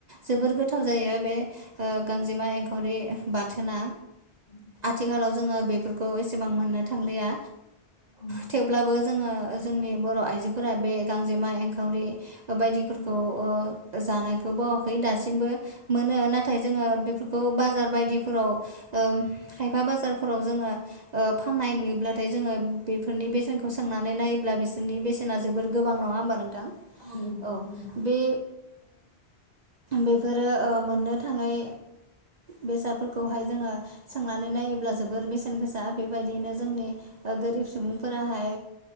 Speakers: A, on the left (about 50°); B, on the right (about 45°).
A: औ
B: जोबोर गोथाव जायो बे गांजेमा एंखावरि बाथोना
A: औ
B: आथिखालाव जोङो बेफोरखौ एसेबां मोननो थांलिया
A: औ
B: थेवब्लाबो जोङो जोंनि बर' आइजोफोरा बे गांजेमा एंखावरि बायदिफोरखौ जानायखौ बावाखै दासिमबो मोनो नाथाय जोङो बेफोरखौ बाजार बायदिफोराव ओम बिफा बाजारफोराव जोङो फाननाय नुयोब्लाथाय जोङो बेफोरनि बेसेनखौ सोंनानै नायोब्ला बे सोरनि बेसेना जोबोर गोबां नङा होमबा नोंथां
A: नंगौ नोंथां नंगौ
B: औ
A: नोंथां नंगौ
B: बे बेफोरो मोननो थाङै बेसादफोरखौहाय जोङो सोंनानै नानै नायोब्ला जोबोर बेसेन गोसा बेबायदिनो जोंनि गोरिब सुबुंफोराहाय